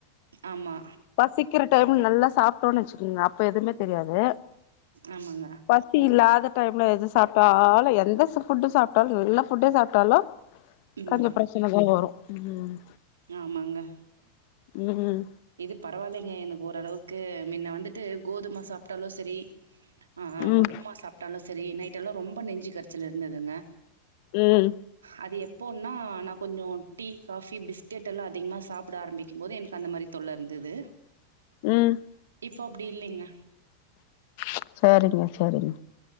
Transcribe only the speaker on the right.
ஆமா
ஆமாங்க
ம்
ஆமாங்க
இது பரவால்லங்க எனக்கு ஓரளவுக்கு முன்ன வந்துட்டு கோதும சாப்ட்டாலு செரி ஆ ஆ
உப்புமா
சாப்ட்டாலு சேரி நைட்டெலா ரொம்ப நெஞ்சு கரைச்சல் இருந்ததுங்க
அது எப்போனா நா கொஞ்சோ டீ காபி பிஸ்கெட் எல்லா அதிகமா சாப்ட ஆரம்பிக்கும் போது எனக்கு அந்த மாரி தொல்ல இருந்தது
இப்போ அப்டி இல்லங்க